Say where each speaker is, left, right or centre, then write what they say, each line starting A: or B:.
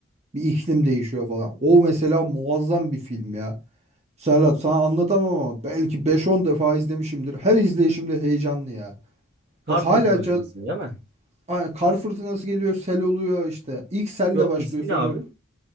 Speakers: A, on the right; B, on the right.
A: Bir iklim değişiyor falan. O mesela muazzam bir film ya. Serhat sana anlatamam ama belki beş on defa izlemişimdir. Her izleyişimde heyecanlı ya.
B: Kar
A: Bak hala
B: Fırtınası
A: ca-
B: ismi değil mi?
A: Aynen, kar fırtınası geliyor, sel oluyor işte. İlk selle
B: Yo
A: başlıyor
B: ismi
A: sonra
B: ne abi?